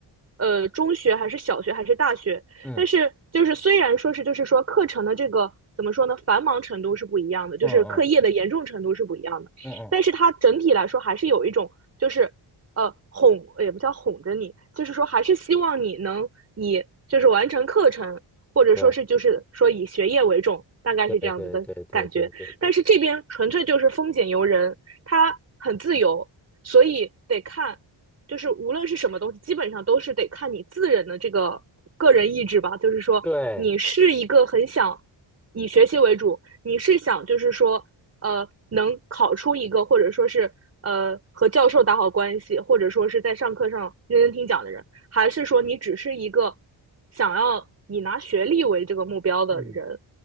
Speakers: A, on the right (about 35°); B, in the centre.
A: 呃，中学还是小学还是大学，
B: 嗯
A: 但是就是虽然说是就是说课程的这个怎么说呢，繁忙程度是不一样的，就是课业的严重程度是不一样的，
B: 嗯嗯嗯嗯，
A: 但是它整体来说还是有一种就是呃哄也不叫哄着你，就是说还是希望你能以就是完成课程，或者说是就是说以学业为重，
B: 对
A: 大概是这样子的感觉。
B: 对对对对对对对
A: 但是这边纯粹就是风俭由人，它很自由，所以得看，就是无论是什么东西，基本上都是得看你自人的这个个人意志吧。就是说，
B: 对，
A: 你是一个很想以学习为主，你是想就是说，呃，能考出一个或者说是呃和教授打好关系，或者说是在上课上认真听讲的人，还是说你只是一个想要以拿学历为这个目标的人？
B: 嗯